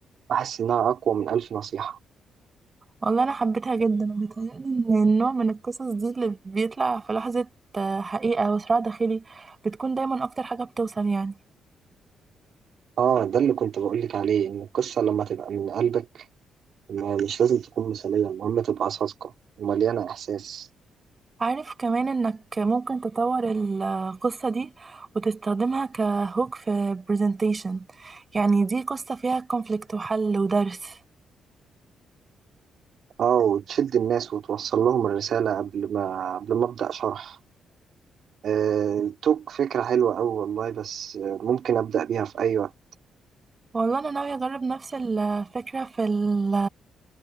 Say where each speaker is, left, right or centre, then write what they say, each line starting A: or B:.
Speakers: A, on the right; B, on the right.
A: بحس إنها أقوى من ألف نصيحة
B: والله انا حبيتها جدا وبيتهيألي ان النوع من القصص دي اللي بيطلع في لحظة آه، حقيقة وصراع داخلي بتكون دايما اكتر حاجة بتوصل يعني
A: اه ده اللي كنت بقولك عليه إن القصة لما تبقى من قلبك ما- مش لازم تكون مثالية المهم تبقى صادقة ومليانة إحساس
B: عارف كمان انك ممكن تطور القصة دي وتستخدمها كهوك في برزنتيشن يعني دي قصة فيها كونفليكت وحل ودرس
A: اه وتشد الناس وتوصل لهم الرسالة قبل ما قبل ما أبدأ شرح آه، توك فكرة حلوة أوي والله بس آه، ممكن أبدأ بيها في أي وقت
B: والله انا ناوية اجرب نفس الفكرة في ال